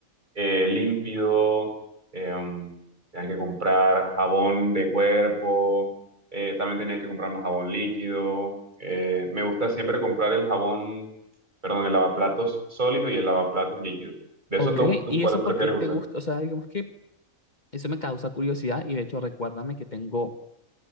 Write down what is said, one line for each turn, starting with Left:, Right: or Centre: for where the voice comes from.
Right: eh, límpido, eh, tenía que comprar jabón de cuerpo, eh, también tenía que comprar más jabón líquido. Eh, me gusta siempre comprar el jabón, perdón, el lavaplatos sólido y el lavaplatos líquido. De
Left: Ok,
Right: esos dos, ¿tú
Left: ¿y
Right: cuál
Left: eso
Right: prefieres
Left: por qué te
Right: usar?
Left: gusta? O sea, digamos que eso me causa curiosidad y de hecho recuérdame que tengo